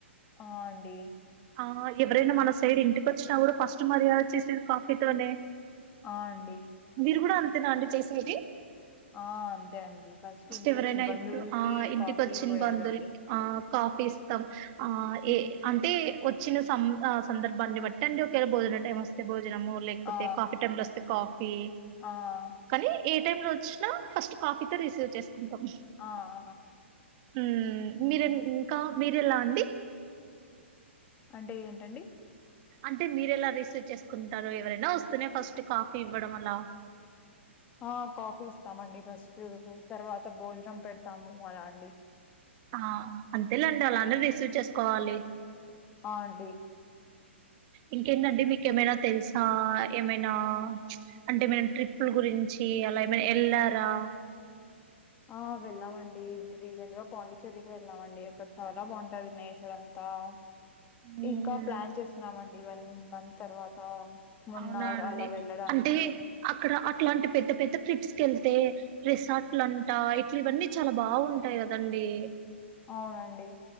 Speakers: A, on the left; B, on the right.
A: ఆ అండి
B: ఆ ఎవరైనా మన సైడ్ ఇంటికి వచ్చినా కూడా ఫస్ట్ మర్యాద చేసేది కాఫీతోనే
A: అ అండి
B: మీరు కూడా అంతేనా అండి చేసేది
A: ఆ అంతే అండి ఫస్ట్ ఇంటికి
B: ఎవరైనా
A: వచ్చిన బంధువులకి
B: ఇప్పుడు ఆ ఇంటికి
A: కాఫీ
B: వచ్చిన
A: పోయాలండి
B: బంధువులకి ఆ కాఫీ ఇస్తాం ఆ
A: ఉమ్.
B: ఏ అంటే వచ్చిన సం సందర్భాన్ని బట్టి అండి ఒకవేళ భోజనం టైం లో వస్తే భోజనము లేకపోతే
A: ఆ
B: కాఫీ టైం వస్తే కాఫీ
A: ఆ
B: కానీ ఏ టైమ్ లో వచ్చినా ఫస్ట్ కాఫీతో రిసీవ్ చేసుకుంటాం
A: ఆ హ
B: ఉ మీర ఇంకా మీరె ఎలా అండి
A: అంటే ఏంటండి
B: అంటే మీర ఎలా రిసీవ్ చేసుకుంటారు ఎవరైనా వస్తనే ఫస్ట్ కాఫీ ఇవ్వడం అలా
A: ఆ కాఫీ ఇస్తామండి ఫస్ట్ తర్వాత భోజనం పెడతాము అలా అండి
B: ఆ అంతేలేండి అలానే రిసీవ్ చేసుకోవాలి
A: అ అండి
B: ఇంకేంటండి మీకేమైనా తెలుసా ఏమైనా అంటే మ ట్రిప్పుల గురించి అలా ఏమైనా వెళ్ళారా
A: ఆ వెళ్ళామండి రీసెంట్ గా పాండిచ్చేరికి వెళ్ళామండి అక్కడ చాలా బాగుంటది నేచర్ అంత త
B: మ్మ్
A: ఇంకా ప్లాన్ చేస్తున్నామండి వన్ మంత్ తర్వాత మన్నారు
B: అవునా అండి
A: అలా వెళ్ళడానికి
B: అంటే అక్కడ అట్లాంటి పెద్ద పెద్ద ట్రిప్స్ వెళ్తే రిసార్ట్లుంటా ఇట్లువన్నీ చాలా బాగుంటాయి కదండి
A: అవునండి